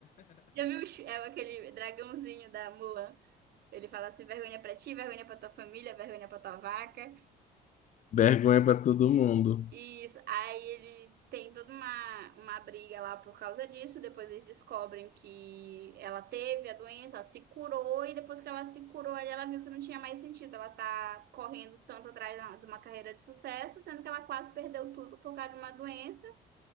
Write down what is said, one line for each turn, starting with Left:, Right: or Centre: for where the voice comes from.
Right: Já viu o Shu- é aquele dragãozinho da Mulan? Ele fala assim: vergonha pra ti, vergonha pra tua família, vergonha pra tua vaca.
Left: Vergonha para todo mundo.
Right: Isso. Aí eles têm toda uma, uma briga lá por causa disso. Depois eles descobrem que ela teve a doença, ela se curou, e depois que ela se curou, aí ela viu que não tinha mais sentido. Ela tá correndo tanto atrás da- de uma carreira de sucesso, sendo que ela quase perdeu tudo por causa de uma doença